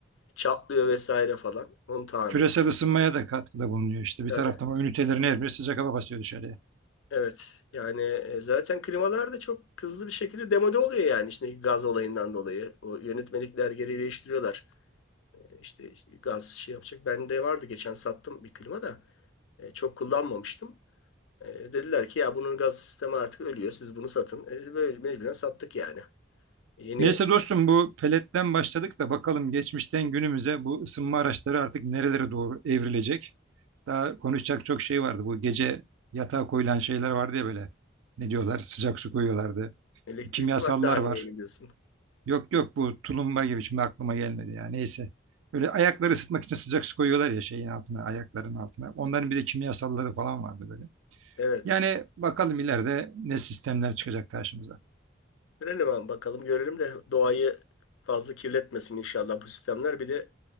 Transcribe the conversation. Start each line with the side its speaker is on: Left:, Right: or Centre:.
Left: çatlıyor vesaire falan. Onun tamiri.
Right: küresel ısınmaya da katkıda bulunuyor işte. Bir
Left: Yani,
Right: taraftan
Left: evet.
Right: o ünitelerin her biri sıcak hava basıyor dışarıya.
Left: evet. Yani e, zaten klimalar da çok hızlı bir şekilde demode oluyor yani içindeki gaz olayından dolayı. O yönetmelikler geri değiştiriyorlar. E, İşte gaz şey yapacak. Bende vardı geçen sattım bir klima da. E, çok kullanmamıştım. E, dediler ki ya bunun gaz sistemi artık ölüyor. Siz bunu satın. E, böyle mecburen sattık yani. Yeni
Right: Neyse dostum bu peletten başladık da bakalım geçmişten günümüze bu ısınma araçları artık nerelere doğru evrilecek. Daha konuşacak çok şey vardı. Bu gece yatağa koyulan şeyler vardı ya böyle. Ne diyorlar? Sıcak su koyuyorlardı.
Left: elektrikli
Right: Kimyasallar
Left: battaniyeyi
Right: var.
Left: biliyorsun.
Right: Yok yok bu tulumba gibi şimdi aklıma gelmedi ya. Neyse. Böyle ayakları ısıtmak için sıcak su koyuyorlar ya şeyin altına, ayakların altına. Onların bir de kimyasalları falan vardı böyle.
Left: Evet.
Right: Yani bakalım ileride ne sistemler çıkacak karşımıza.
Left: Görelim abi bakalım görelim de doğayı fazla kirletmesin inşallah bu sistemler. Bir de